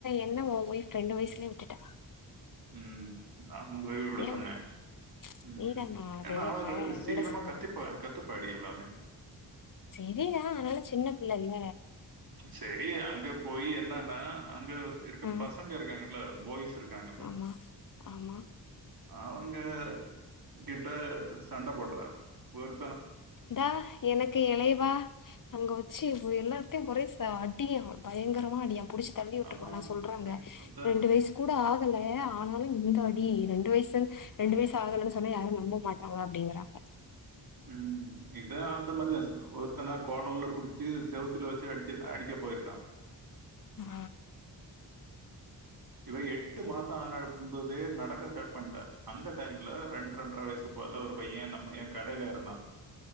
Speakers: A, on the left; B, on the right.
A: ன்ன ஒ ஒய்ஃப் ரெண்டு வயசிலே விட்டுட்ட
B: ம் ஆமாங் கோய்வுட சொன்னே
A: விட்
B: ம்
A: நீதானா அது
B: ஏன்னா அவ
A: அப்ப
B: சீக்கிரமா
A: விட சொன்னது
B: கத்திப்பா கத்துப்பாடி எல்லாமே <unintelligible>
A: சேரிதா அனாலு சின்ன பிள்ள இல்ல
B: சேரி அங்க போய் என்னன்னா அங்க இருக்க
A: ஆ
B: பசங்க இருக்காங்கல்ல பாய்ஸ் இருக்காங்கல்ல
A: ஆமா ஆமா
B: அவ ங்க கிட்ட சண்ட போடற ஒரு
A: தா எனக்கு எலைவா அங்க வச்சி எல்லா த்து கொறை அடிக்க பயங்கரமா அடியா புடிச்சு தள்ளி விட்டுருவா
B: ஆ
A: நா சொல்றாங்க
B: எனக்கு வந்தா
A: ரெண்டு வயசு கூட ஆகல ஆனாலு இந்தாடி ரெண்டு வயசுன் ரெண்டு வயசு ஆகலன்னு சொன்னா யாரு நம்ப மாட்டாங்க அப்பிடிங்கறாங்க
B: ம் இது ஆ இந்த மாரிதா அசிகனு ஒருத்தன பாலுல்ல புடிச்சி செவுத்துல வச்சி அடிச்சி அடிக்க போயிருக்கா
A: ஆ
B: இவ எட்டு மாசோ ஆனபதே நடக்க ஸ்டார்ட் பண்ணட்ட அந்த டைம்ல ரெண்டு ரெண்டரை வயசு போல ஒரு பையன் நம்ம ஏ கடையில இருந்தா